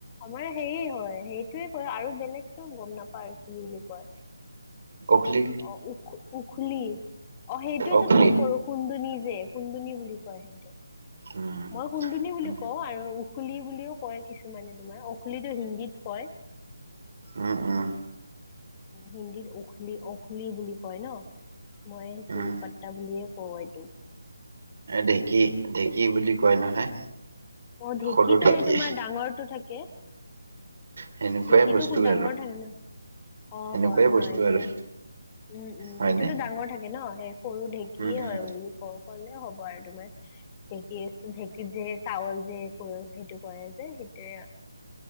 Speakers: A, on the left; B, on the right.
A: আমাৰ হেয়ে হয় সেইটোয়ে কয় আৰু বেলেগতটো গম নাপাও কি বুলি কয়।
B: কখলি
A: অহ, উখ-উখলি অহ, সেইটোয়তো
B: অখলি
A: তোমাক কৰো। খুন্দুনী যে খুন্দুনী বুলি কয়, সেইটো
B: উম,
A: মই সুন্দুনী বুলি
B: উম,
A: কও আৰু খুলি বুলিও কয়, কিছুমানে তোমাৰ অখুলী হিন্দীত কয়।
B: উম-উম।
A: হিন্দীত উখলি-উখলি বুলি কয় ন। মই চিল
B: উম,
A: পাট্টা বুলিয়ে কও এইটো।
B: ঢেকী-ঢেকী বুলি কয় নহয়।
A: অহ, ঢেকীটো
B: সৰু ঢেঁকী
A: এই তোমাৰ ডাঙৰটো থাকে।
B: সেনেকুৱাই
A: ঢেকীটো
B: বস্তু
A: খুব ডাঙৰ
B: আৰু
A: থাকে ন অহ,
B: সেনেকুৱাই
A: হয়-হয়
B: বস্তু
A: হে
B: আৰু
A: উম-উম
B: হয়নে?
A: সেইটোতো ডাঙৰ থাকে ন সেই সৰু ঢেকীয়ে
B: উম, উম,
A: হয় উলি কও। কলে হ'ব আৰু তোমাৰ ঢেকী-ঢেকীত যে চাউল যে কৰ সেইটো কৰে যে সেইটোৱে